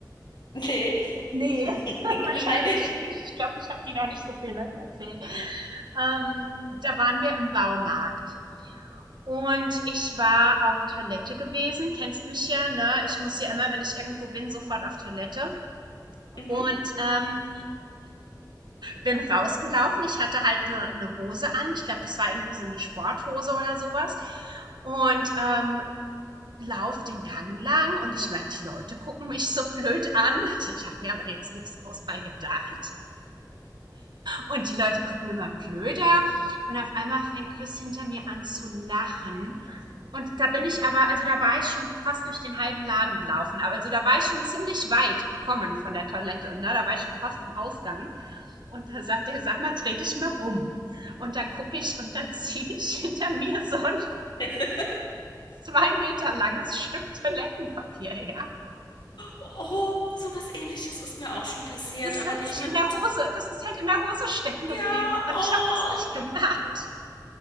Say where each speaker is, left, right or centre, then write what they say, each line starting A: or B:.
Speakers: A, on the left; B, on the right.
A: nee,
B: Ne,
A: <laughs>
B: <laughs> wahrscheinlich
A: nein.
B: nicht. Ich glaube, ich habe die noch nicht so vielen Leuten erzählt. Ähm, da waren wir im Baumarkt Und ich war auf Toilette gewesen, kennst mich ja, ne? Ich muss ja immer, wenn ich irgendwo bin, sofort auf Toilette.
A: Mhm.
B: Und ähm, bin rausgelaufen. Ich hatte halt eine ne Hose an. Ich glaube, das war irgendwie so eine Sporthose oder sowas. Und ähm, lauf den Gang lang und ich merke, die Leute gucken mich so blöd an. Und Ich habe mir aber jetzt nichts groß bei gedacht. Und die Leute gucken immer blöder. Und auf einmal fängt Chris hinter mir an zu lachen. Und da bin ich aber, also da war ich schon fast durch den halben Laden gelaufen. Aber also da war ich schon ziemlich weit gekommen von der Toilette. Ne? Da war ich schon fast am Ausgang. Und da sagt er, sag mal, dreh dich mal rum. Und dann gucke ich und dann <laughs> ziehe ich hinter mir so ein
A: <laughs>
B: zwei Meter langes Stück Toilettenpapier her.
A: Oh, sowas Ähnliches ist mir auch schon passiert,
B: Das
A: aber
B: hat
A: nicht
B: sich
A: mit.
B: in der Hose, das ist halt in der Hose stecken
A: Ja,
B: geblieben. Und
A: oh.
B: ich habe das nicht gemerkt.